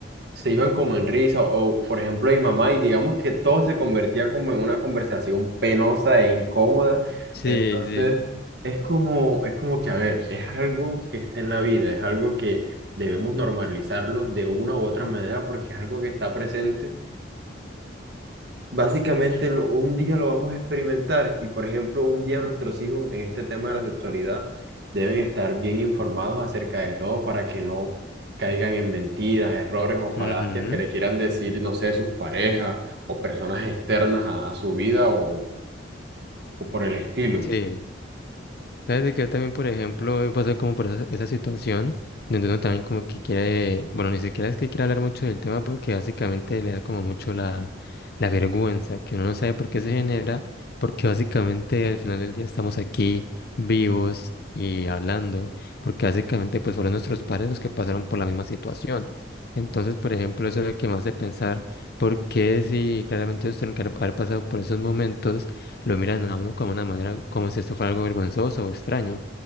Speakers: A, on the right (about 60°); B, on the left (about 55°).
A: se iban como en risa o, o, por ejemplo, mi mamá y digamos que todo se convertía como en una conversación penosa e incómoda.
B: Sí,
A: Entonces,
B: sí.
A: es como, es como que, a ver, es algo que está en la vida, es algo que debemos normalizarlo de una u otra manera porque es algo que está presente Básicamente, lo- un día lo vamos a experimentar y, por ejemplo, un día nuestros hijos en este tema de la sexualidad deben estar bien informados acerca de todo para que no caigan en mentiras, errores o falacias
B: ujú,
A: que le quieran decir, no sé, sus parejas o personas externas a, a su vida o, o por el estilo,
B: Sí. ¿Sabes de que también, por ejemplo, he pasado como por esa, esa situación donde uno también como que quiere, bueno, ni siquiera es que quiera hablar mucho del tema porque básicamente le da como mucho la, la vergüenza, que uno no sabe por qué se genera, porque básicamente al final del día estamos aquí vivos y hablando, porque básicamente pues fueron nuestros padres los que pasaron por la misma situación. Entonces, por ejemplo, eso es lo que me hace pensar por qué si claramente ellos tienen que haber haber pasado por esos momentos lo miran a uno como una manera, como si esto fuera algo vergonzoso o extraño.